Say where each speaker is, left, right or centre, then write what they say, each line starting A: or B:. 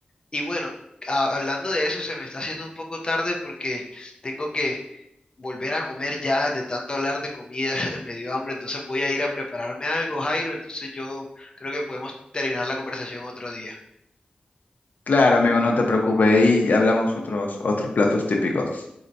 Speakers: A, on the left; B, on the left.
A: Y bueno, a- hablando de eso, se me está haciendo un poco tarde porque tengo que volver a comer ya de tanto hablar de comida, <laughs> me dio hambre, entonces voy a ir a prepararme algo, Jairo, entonces yo creo que podemos terminar la conversación otro día.
B: Claro, amigo, no te preocupes. Y hablamos otros, otros platos típicos.